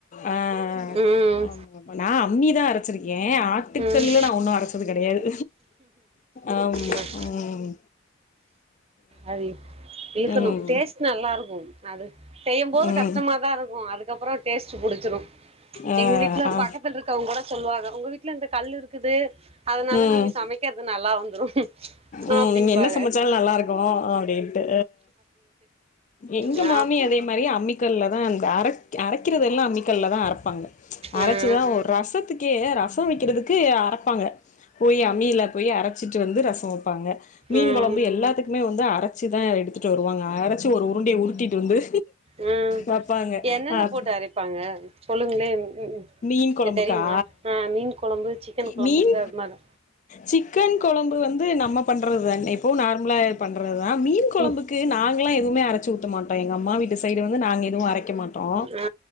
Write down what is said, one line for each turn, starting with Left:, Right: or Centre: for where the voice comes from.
Left: ஆஹ்
Right: ம்
Left: ஆமா நா அம்மிதா அரைச்சிருக்கே ஆட்டுக்கல்லல
Right: ம்
Left: நா ஒன்னு அரைச்சது கெடையாது ஆமா‌
Right: ம்
Left: உம்
Right: அது இழுக்கணு
Left: ம்
Right: டேஸ்ட் நல்லா இருக்கும் அது செய்யும்போது
Left: ம்
Right: கஷ்டமாதா இருக்கு அதுக்கப்புற டேஸ்ட் புடிச்சிடு
Left: ஆ
Right: எங்க வீட்ல
Left: ஆ
Right: பக்கத்துல இருக்கவங்க கூட சொல்லுவாங்க உங்க வீட்டுல இந்த கா ல்லுருக் இருக்குது அதனால
Left: ம்
Right: நீங்க சமைக்கறது நல்லா வந்துரு
Left: ம்
Right: அப்படிம்பாக
Left: நீங்க என்ன சமைச்சாலு நல்லா இருக்கு அப்டின்ட்டு எங்க
Right: நா
Left: மாமி அதே மாறி அம்மிக்கல்ல தா இந்த அரை அ அரைக்கறதெல்லா அம்மிக்கல்ல தா அரைப்பாங்க அரைச்சுதா
Right: ம்
Left: ஒரு ரசத்துக்கே ரசம் வைக்கிறதுக்கு அர ப்பாங்க போய் அம்மில போய் அரைச்சிட்டு வந்து ரசம் வ ப்பாங்க மீன்
Right: ம்
Left: கொழம்பு எல்லாத்துக்குமே வந் அரைச்சி தா எடுத்துட்டு வருவாங்க ஒரு உருண்டைய உருட்டிட்டு வந்து
Right: உஹ்
Left: வப்பாங்க
Right: என்னென்ன
Left: அப்ப
Right: போட்டு அரைப்பாங்க சொல்லுங்களே ம்
Left: மீன் கொழம்புக்கா
Right: தெரியுமா ஆஹ் மீன் கொழம்பு சிக்கன் கொழம்புக்கு
Left: மீன்
Right: அது மாரி
Left: சிக்கன் கொ கொழம்பு வந்து நம்ம பண்றது தானே இப் எப்பவு நார்மலா பண்றதுதா மீன் கொழம்புக்கு
Right: ம்
Left: நாங்களா எதுவுமே அரைச்சு ஊத்த மாட்டோ எங்க அம்மா வீ சைடு வந்து நாங்க எதுவு அரைக்க மாட்டோ
Right: ஆ